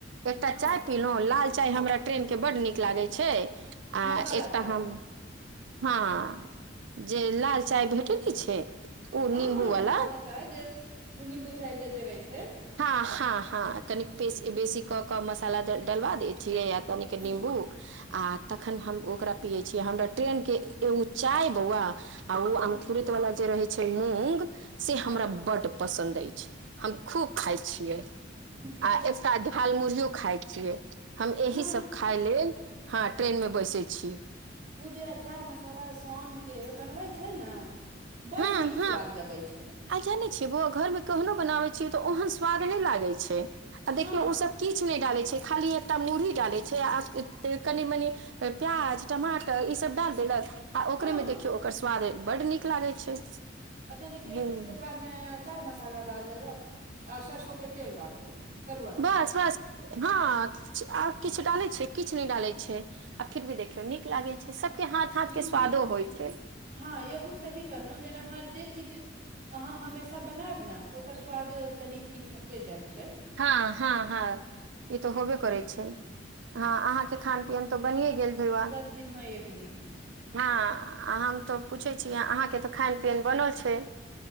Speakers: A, on the right; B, on the right.
A: एकटा
B: हँ
A: चाय पिलौ लाल चाय हमरा ट्रेके बढ नीक लागै छै आ
B: मसाला
A: एकटा
B: चाय
A: हम हँ, जे लाल चाय भेटय नय छै। ओ
B: हँ,
A: नींबू
B: हँ,
A: वाला
B: मसाला चाय जे नीबू चाय जे देवे छै।
A: हँ, हँ कन बेसी
B: हुँ,
A: कऽ मसाला डलबा दैत छियै। तनिके
B: हुँ,
A: निम्बू आ तखन हम ओकरा पियै छियै। हमरा ट्रेनके एगो चाय बौआ। आ ओ
B: हुँ,
A: अंकुरित वाला जे रहे छै मूंग से
B: हँ,
A: हमरा
B: हँ,
A: बड्ड पसन्द अछि। हम खूब खाइ छियै।
B: हू हू
A: आ एकटा झरमुर्हि खाय छियै हम एहि
B: हँ
A: सभ खाय लेल हँ, ट्रेनमे बैसै छी।
B: उ जे अचार मसाला सौंदके बनबै छै ने बड
A: हँ
B: निक
A: हँ
B: स्वाद लगे छै
A: आ जानै छियै बौआ घरमे कहनो बनाबै छियै तऽ ओहन स्वाद नै लागै छै आ
B: हँ,
A: देखियौ ओ सभ किछ नहि डालै छै खाली एकटा मुर्हि डालै छै आ कनि मनि प्याज टमाटर ईसभ डाल देलक आ ओकरेमे
B: हँ
A: देखियौ ओकर स्वाद बड्ड निक लागैत छै।
B: तनिक
A: हूँ
B: ओकरा। मे चार मसाला डाल देलो आऔर सरसो के तेल डाल देलौ करुआ
A: बस
B: के तेल
A: बस। हँ, आ किछु डाले छै किछु नहि डालैत छै आखिर भी देखियौ नीक लागै छै सभके हाथ हाथ
B: हू
A: के स्वादो होइ छै
B: हँ, याहू सही कहलहुँ जेना हर जे चीज अहाँ हमेशा बनायबने तऽ ओकर स्वाद तनिक निखरते जाइ छै
A: हँ हँ हँ। ई तऽ होबे करे छै, ह अहाँके खान पियन तऽ बने गेल बौआ।
B: दिनमे एक दिन
A: हँ, हम तऽ पूछैत छी अहाँकेँ तऽ खान पियन बनल छै